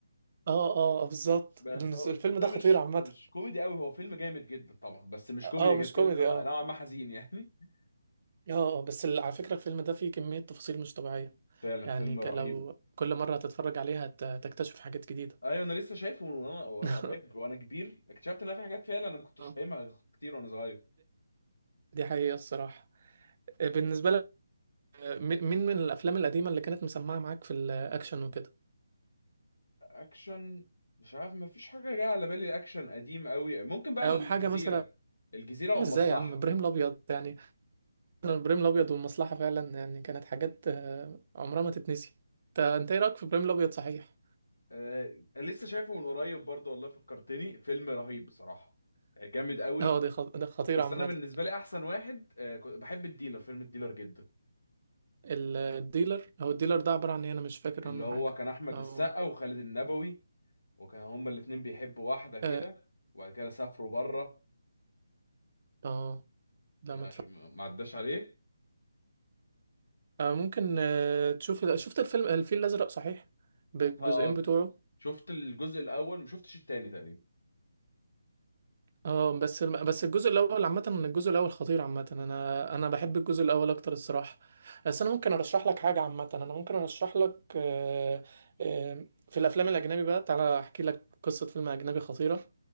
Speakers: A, on the right; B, on the left.
A: اه اه آه، بالظبط
B: بس
A: المس-
B: هو
A: الفيلم
B: ده
A: ده
B: مش
A: خطير عامة
B: مش كوميدي قوي هو فيلم جامد جدا طبعا بس مش كوميدي
A: اه مش
B: كان
A: كوميدي
B: فيلم نوع-
A: اه
B: نوعا ما حزين يعني <laughs>
A: اه آه، بس ال- على فكرة الفيلم ده فيه كمية تفاصيل مش طبيعية
B: فعلا
A: يعني
B: فيلم
A: ك-
B: رهيب
A: لو كل مرة هتتفرج عليها هت- هتكتشف حاجات جديدة
B: ايوه انا لسه شايفه من وانا
A: <laughs>
B: وانا قريب وانا كبير اكتشفت ان في حاجات فعلا انا ما كنتش
A: آه.
B: فاهمها كتير وانا صغير
A: دي حقيقة الصراحة آه، بالنسبة لك مين مين من الأفلام القديمة اللي كانت مسمعة معاك في الأكشن وكده
B: اكشن مش عارف ما فيش حاجه جايه على بالي اكشن قديم قوي ممكن بقى
A: أو
B: الجزيره
A: حاجة مثلا
B: الجزيره
A: عم
B: والمصلحه
A: إزاي يا عم إبراهيم الأبيض يعني إبراهيم الأبيض والمصلحة فعلا يعني كانت حاجات آه، عمرها ما تتنسي أنت أنت إيه رأيك في إبراهيم الأبيض صحيح؟
B: أه لسه شايفه من قريب برضه والله فكرتني فيلم رهيب بصراحه آه، جامد قوي
A: أه دي خط... ده خطير
B: بس
A: عامة
B: انا بالنسبه لي احسن واحد أه كنت بحب الديلر فيلم الديلر جدا
A: ال- الديلر هو الديلر ده عبارة عن إيه أنا مش فاكر
B: اللي
A: عنه
B: هو
A: حاجة
B: كان احمد
A: أو
B: السقا وخالد النبوي وكان هما الاتنين بيحبوا واحده كده
A: أه
B: وبعد كده سافروا بره
A: أه لا
B: يعني
A: ما تف...
B: عشان ما ما عداش عليك
A: آه، ممكن آه، تشوف شفت الفيلم الفيل الأزرق صحيح بالجزئين
B: آه،
A: بتوعه
B: شفت الجزء الاول ما شفتش التاني تقريبا
A: اه بس الم- بس الجزء الاول عامه الجزء الاول خطير عامه انا انا بحب الجزء الاول اكتر الصراحه بس انا ممكن ارشح لك حاجه عامه انا ممكن ارشح لك آه، آه، في الافلام الاجنبي بقى تعالى احكي لك قصه فيلم اجنبي خطيره